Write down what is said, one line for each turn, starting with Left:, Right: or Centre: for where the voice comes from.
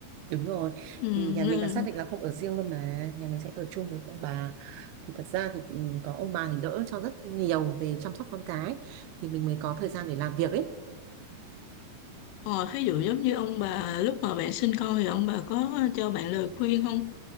Right: Đúng rồi,
Left: ừ,
Right: thì nhà
Left: nên-
Right: mình là xác định là không ở riêng luôn mà, nhà mình sẽ ở chung với ông bà. Thì thật ra thì ừ, có ông bà thì đỡ cho rất nhiều về chăm sóc con cái, thì mình mới có thời gian để làm việc ấy.
Left: ờ, thí dụ giống như ông bà lúc mà bạn sinh con thì ông bà có cho bạn lời khuyên không